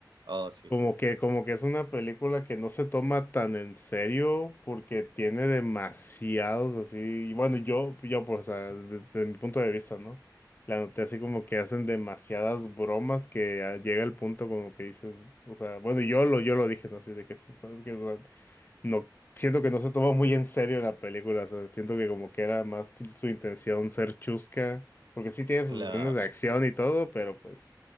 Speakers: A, on the right; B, on the left.
A: Oh, sí,
B: Como
A: sí, sí.
B: que, como que es una película que no se toma tan en serio porque tiene demasiados así, y bueno, yo, yo pues, o sea, desde, mi punto de vista, ¿no? La noté así como que hacen demasiadas bromas que ah, llega el punto como que dices, o sea, bueno, yo lo, yo lo dije, ¿no? Así de que, ¿sabes qué? O sea, no, siento que no se toma muy en serio la película, o sea, siento que como que era más su intención ser chusca, porque sí tiene sus
A: Claro.
B: escenas de acción y todo, pero pues